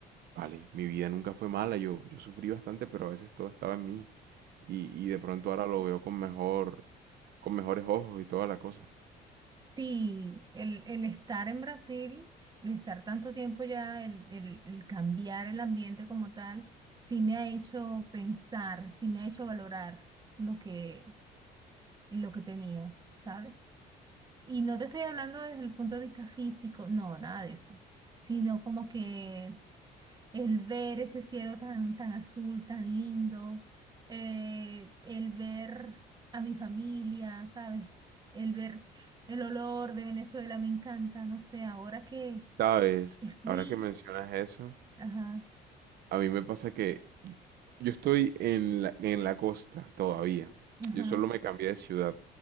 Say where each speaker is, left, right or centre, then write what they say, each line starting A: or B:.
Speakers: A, on the right (about 70°); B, on the right (about 25°).
A: vale, mi vida nunca fue mala, yo, yo sufrí bastante, pero a veces todo estaba en mí. Y, y de pronto ahora lo veo con mejor, con mejores ojos y toda la cosa.
B: Sí, el, el estar en Brasil, el estar tanto tiempo ya, el, el- el cambiar el ambiente como tal, sí me ha hecho pensar, sí me ha hecho valorar lo que, lo que tenía, ¿sabes? Y no te estoy hablando desde el punto de vista físico, no, nada de eso, sino como que el ver ese cielo tan, tan azul, tan lindo, eh, el ver a mi familia, ¿sabes? El ver el olor de Venezuela me encanta, no sé, ahora que
A: ¿Sabes?
B: fui,
A: Ahora que mencionas eso,
B: ajá,
A: a mí me pasa que Yo estoy en la, en la costa todavía.
B: ajá.
A: Yo solo me cambié de ciudad.